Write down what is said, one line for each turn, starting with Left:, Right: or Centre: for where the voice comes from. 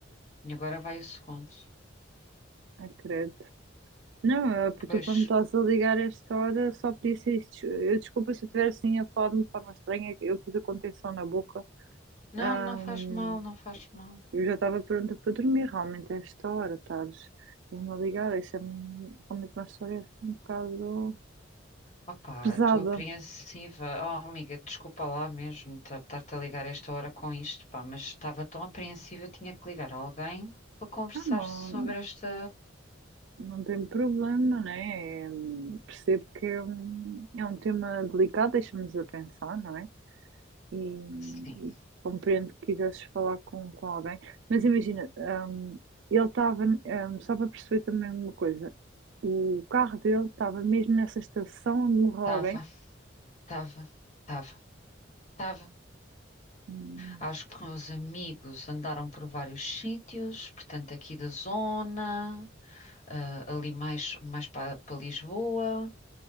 Left: E agora vai o segundo.
Right: acredito. Não, ah,
Left: Pois,
Right: tu para me estás a ligar a esta hora só podia ser isto. Eu desculpa se eu estiver assim a falar de uma forma estranha, eu pus a contenção na boca.
Left: não,
Right: Ahm,
Left: não faz mal, não faz mal.
Right: eu já estava pronta para dormir, realmente, a esta hora, estás me a ligar, isso é me realmente uma história assim um bocado
Left: Opa,
Right: pesada.
Left: estou apreensiva. Oh, amiga, desculpa lá mesmo ta- estar-te a ligar esta hora com isto, pá, mas estava tão apreensiva, tinha que ligar a alguém para conversar
Right: Ah, não,
Left: sobre esta.
Right: não tem problema, né? É, hum, Percebo que é um, é um tema delicado, deixa-nos a pensar, não é? E,
Left: Sim,
Right: e compreendo que quisesses falar com, com alguém, mas imagina, ahm, ele estava, ahm, só para perceber também uma coisa, o carro dele estava mesmo nessa estação onde morreu
Left: estava,
Right: alguém.
Left: estava, estava, estava.
Right: Hum,
Left: Acho que meus amigos andaram por vários sítios, portanto, aqui da zona, ah, ali mais, mais para Lisboa,